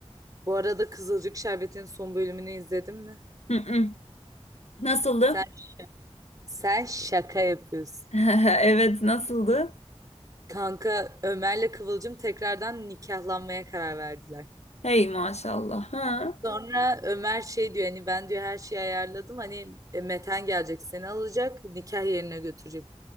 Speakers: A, on the right; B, on the left.
A: Bu arada Kızılcık Şerbeti'nin son bölümünü izledin mi?
B: Hı hı. Nasıldı?
A: Sen sen şaka yapıyorsun.
B: <laughs> Evet, nasıldı?
A: Kanka Ömer'le Kıvılcım tekrardan nikahlanmaya karar verdiler.
B: Hey maşallah. Ha. <gasps>
A: Sonra Ömer şey diyor hani ben diyor her şeyi ayarladım hani e, Meten gelecek seni alacak nikah yerine götürecek.